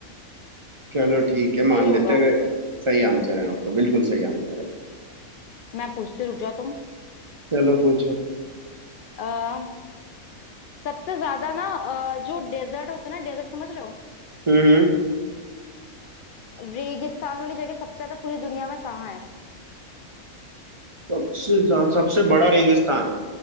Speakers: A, on the right (about 35°); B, on the left (about 85°).
A: चलो ठीक है
B: सही
A: मान
B: होगा
A: लेते हैं अगर- सही आंसर है आपका बिल्कुल सही आंसर है
B: मैं पूछती हूँ, रुक जाओ
A: चलो पूछो
B: तुम सबसे ज्यादा ना अ, जो डेजर्ट होता है ना डेजर्ट समझ रहे हो
A: हम्म हम्म
B: रेगिस्तान वाली जगह सबसे ज्यादा पूरी दुनिया में कहाँ है
A: सबसे ज्यादा सबसे बड़ा रेगिस्तान